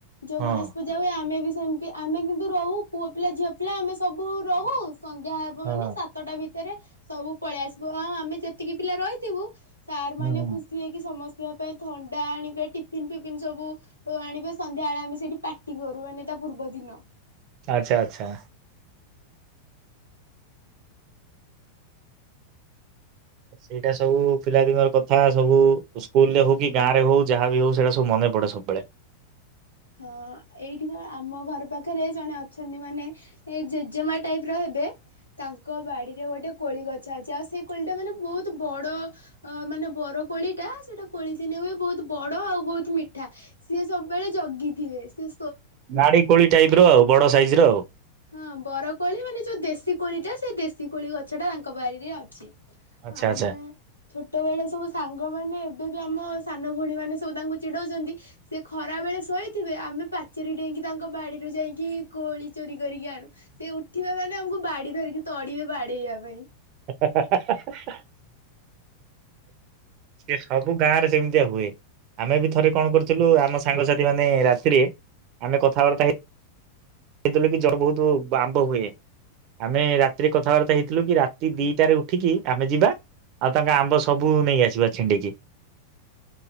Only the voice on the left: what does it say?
ଯୋଉ
ଗଣେଶ ପୂଜା ହୁଏ ଆମେ ବି ସେମତି ଆମେ କିନ୍ତୁ ରହୁ ପୁଅ ପିଲା ଝିଅ ପିଲା ଆମେ ସବୁ ରହୁ। ସନ୍ଧ୍ୟା ହେବ
ମାନେ ସାତଟା ଭି ଭିତରେ ସବୁ ପଳେଇ ଆସିବୁ ଆଉ ଆମେ ଯେତିକି ପିଲା ରହିଥିବୁ ସାର୍
ମାନେ ଖୁସି ହେଇକି ସମସ୍ତ ପିଇବା ପାଇଁ ଥଣ୍ଡା ଆଣିବେ ଟିଫିନ ଫିଫିନ ସବୁ ଓ ଆଣିବେ ସନ୍ଧ୍ୟାବେଳେ ଆମେ ସେଇଠି ପାଟି କରୁ ମାନେ ତା ପୂର୍ବ ଦିନ।
ହଁ ଏଇଠିଣ ଆମ ଘର ପାଖରେ ଜଣେ ଅଛନ୍ତି ମାନେ ଏ ଜେଜେମା ଟାଇପ ର ହେବେ ତାଙ୍କ ବାଡିରେ ଗୋଟେ କୋଳି ଗ ଛା ଆଛା ଆଉ ସେ କୋଳିଟା ମାନେ ବହୁତ ବଡ ମାନେ ବର କୋଳିଟା ସେଟା କୋଳି ଦିନେ ହୁଏ ବହୁତ ବଡ ଆଉ ବହୁତ ମିଠା ସିଏ ସବୁବେଳେ ଜଗିଥିବେ ସି
ହଁ ବରକୋଳି ମାନେ ଯୋଉ ଦେଶୀ କୋଳି ଟା ସେ ଦେଶୀ କୋଳି ଗଛ ଟା ତାଙ୍କ ବାରିରେ ଅଛି।
ଆମେ
ଛୋଟବେଳେ ସବୁ ସାଙ୍ଗ ମାନେ ଏବେ ବି ଆମ। ସାନ ଭଉଣୀମାନେ ସବୁ ତାଙ୍କୁ ଚିଡ଼ଉଛନ୍ତି ସେ ଖରାବେଳେ ଶୋଇଥିବେ ଆମେ ପାଚେରି ଡେଇଁକି ତାଙ୍କ ବାଡ଼ିରୁ ଯାଇକି କୋଳି ଚୋରି କରିକି ଆଣୁ। ସେ ଉଠିବା ମାନେ ଆମକୁ ବାଡି ଧରିକି ତଡିବେ ବାଡେଇବା ପାଇଁ।